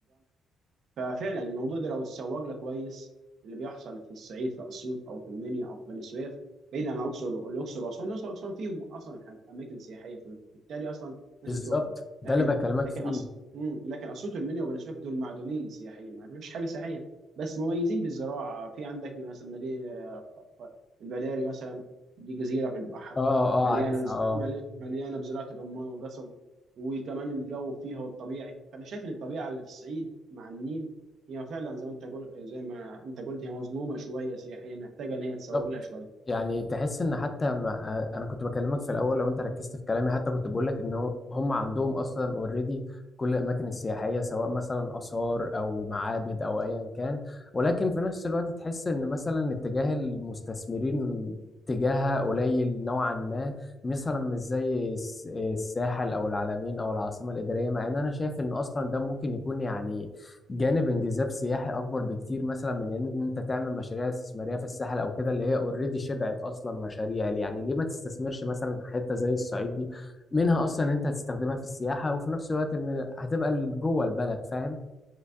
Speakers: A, on the right; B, on the left.
A: ففعلا الموضوع ده لو اتسوق له كويس اللي بيحصل في الصعيد في اسيوط او في المنيا او في بني سويف بعيد عن الاقصر الاقصر واسوان الاقصر واسوان فيهم اصلا ح- اماكن سياحيه فبالتالي اصلا الناس
B: بالظبط
A: بتروحهم
B: ده
A: لكن
B: اللي بكلمك
A: لكن
B: فيه
A: اصلا لكن اسيوط والمنيا وبني سويف دول معدومين سياحيا ما فيش حاجه سياحيا بس مميزين بالزراعه في عندك مثلا مدينه آه، البداري مثلا دي جزيره في البحر
B: اه اه
A: مليانه
B: عارفها
A: بز...
B: اه
A: ملي- مليانه بزراعه الرمان والقصب وكمان الجو فيها والطبيعي فانا شايف ان الطبيعه اللي في الصعيد مع النيل هي فعلا زي ما انت قل... زي ما انت قلت هي مظلومه شويه سياحيا محتاجه ان هي تسوق
B: بالظبط
A: لها شويه
B: يعني تحس ان حتى ما آه، انا كنت بكلمك في الاول لو انت ركزت في كلامي حتى كنت بقول لك ان هو- هم عندهم اصلا اوريدي كل الاماكن السياحيه سواء مثلا اثار او معابد او ايا كان ولكن في نفس الوقت تحس ان مثلا اتجاه المستثمرين اتجاهها قليل نوعا ما مثلا مش زي الس- الساحل او العلمين او العاصمه الاداريه مع ان انا شايف ان اصلا ده ممكن يكون يعني جانب انجذاب سياحي اكبر بكتير مثلا من ان انت تعمل مشاريع استثماريه في الساحل او كده اللي هي اوريدي شبعت اصلا مشاريع يعني ليه ما تستثمرش مثلا في حته زي الصعيد دي منها اصلا انت هتستخدمها في السياحه وفي نفس الوقت ان هتبقى ال- جوه البلد فاهم